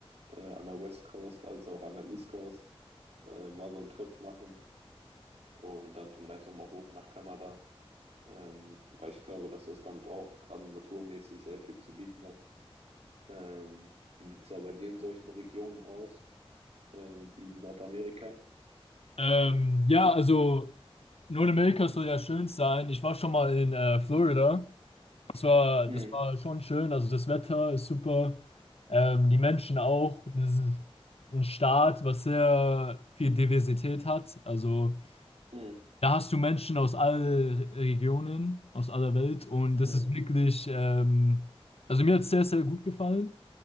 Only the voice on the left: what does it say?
Ähm, ja, also Nordamerika soll ja schön sein. Ich war schon mal in äh, Florida. Das war,
das war schon schön. Also das Wetter ist super. Ähm, die Menschen auch. Das ist ein Staat, was sehr viel Diversität hat. Also
Da hast du Menschen aus allen Regionen, aus aller Welt und das
ist wirklich, ähm, also mir hat es sehr, sehr gut gefallen.